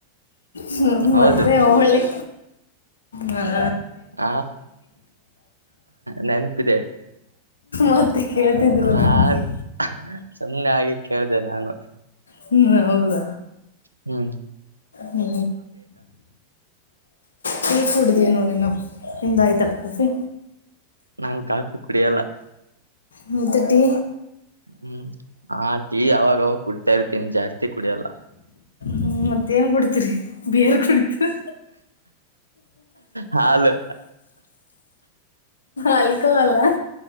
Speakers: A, on the left; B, on the right.
A: ಹೂ
B: ಹೌದು
A: ಮತ್ತೆ ಒಳ್ಳಿ ಹ
B: ಹ ನೆನಪು ಇದೆ
A: ಮತ್ತೆ ಕೇಳ್ತಿದ್ರಲ್ಲ
B: ನಾನ್
A: ಅದಕ್ಕೆ
B: ಸುಮ್ಮಾ ಹಾಗೆ ಕೇಳ್ದ ನಾನು
A: ಹೂ ಹೌದಾ
B: ಹೂ
A: ಹೂ ಟೀ ಕುಡಿದ್ವಿ ನೋಡಿ ನಾ ನಿಮ್ದಾಯ್ತ ಕಾಫಿ
B: ನಾನ್ ಕಾಫಿ ಕುಡಿಯಲ್ಲ
A: ಹೌದ ಟೀ
B: ಹ್ಮ್ ಆ ಟೀ ಅವಾಗವಾಗ ಕುಡ್ತಾ ಇರ್ತೀನಿ ಜಾಸ್ತಿ ಕುಡಿಯಲ್ಲ
A: ಹೂ ಮತ್ತೇನ್ ಕುಡ್ತಿೀರಿ ಬೀರ್ ಕುಡಿತೀರಾ
B: ಹಾಲು
A: ಆಲ್ಕೊಹಾಲ್ ಹಾ